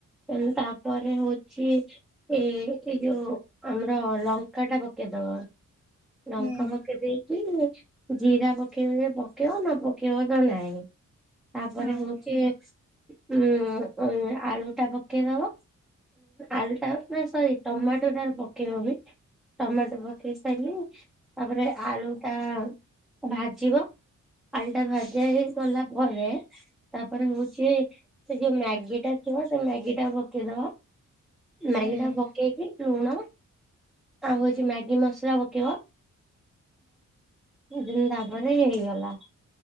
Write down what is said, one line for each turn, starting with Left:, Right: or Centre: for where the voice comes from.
Centre: ଏ ତାପରେ ହଉଛି ଏ ଏଇ ଯୋଉ ଆମର ଲଙ୍କା ଟା ପକେଇବ। ବା
Right: ହୁଁ
Centre: ଲଙ୍କା ପକେଇ ଦେଇକି। ଜିରା ପକେଇବ ପକେଇବ ନ ପକେଇବ ତ ନହିଁ। ତାପରେ
Right: ହଁ।
Centre: ହଉଛି ଉ ଆଳୁ ଟା ପକେଇଦବ। ଆଳୁଟା ନା ସରି ଟମାଟୋଟା ପକେଇବବି। ଟମାଟୋ ପକେଇ ସାରିଲି ତାପରେ ଆଳୁ ଟା ଭାଜିବ। ଆଲଟା ଭାଜା ହେଇ ଗଲା ପରେ ତାପରେ ହଉଛି ସେ ଯୋଉ ମ୍ୟାଗି ଟା। ହଁ ସେ ମ୍ୟାଗି ଟା ପକେଇଦବା ମ୍ୟାଗି
Right: ହୁଁ ହଁ
Centre: ଟା ପକେଇକି ଲୁଣ। ଆଉ ହଉଛି ମ୍ୟାଗି ମସଲା ପକେଇବ। ସେଦିନ ତାବରେ ହେଇଗଲା।